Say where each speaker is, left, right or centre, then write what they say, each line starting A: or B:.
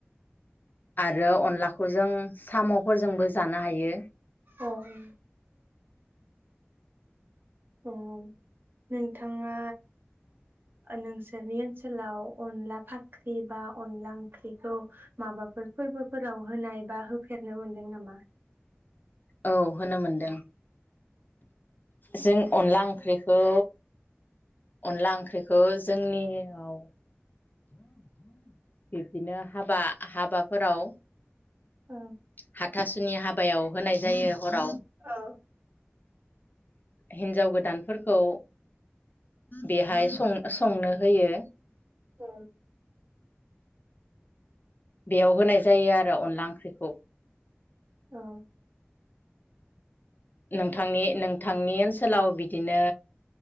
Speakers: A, on the left (about 45°); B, on the right (about 50°).
A: आरो अनलाखौ जों साम'फोरजोंबो जानो हायो
B: औ ओम ओम नोंथाङा नोंसोरनि ओनसोलाव अनला फाख्रि बा अनला ओंख्रिखौ माबाफोर फोरबोफोराव होनाय बा होफेरनो मोनदों नामा?
A: औ होनो मोनदों। जों अनला ओंख्रिखौ अनला ओंख्रिखौ जोंनियाव बिब्दिनो हाबा हाबाफोराव
B: औ
A: हाथासुनि हाबायाव होनाय जायो हराव
B: ओ अ
A: हिनजाव गोदानफोरखौ बेहाय संनो होयो।
B: औ
A: बेयाव होनाय जायो आरो अनला ओंख्रिखौ
B: औ
A: नोंथांनि नोंथांनि ओनसोल ओनसोलाव बिदिनो